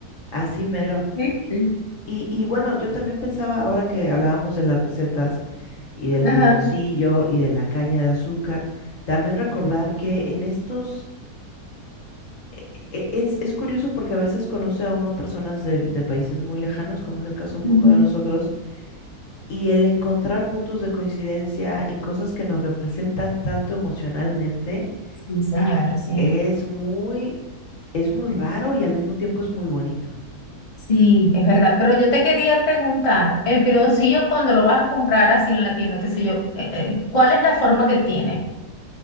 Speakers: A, on the left; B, on the left.
A: Así mero.
B: Sí,
A: Y,
B: sí.
A: y- y bueno, yo también pensaba, ahora que hablábamos de las recetas y del
B: Ajá.
A: piloncillo y de la caña de azúcar, también recordar que en estos e- Es, es curioso porque a veces conoce a uno personas del- de, países muy lejanos, como es el caso un
B: ujú.
A: poco de nosotros, y el encontrar puntos de coincidencia en cosas que nos representan tanto emocionalmente,
B: Sí, señora,
A: ah,
B: sí.
A: es muy, es muy raro y al mismo tiempo es muy bonito.
B: Sí, es verdad. Pero yo te quería preguntar, el piloncillo cuando lo vas a comprar así en la tienda, qué sé yo, eh, eh, ¿cuál es la forma que tiene?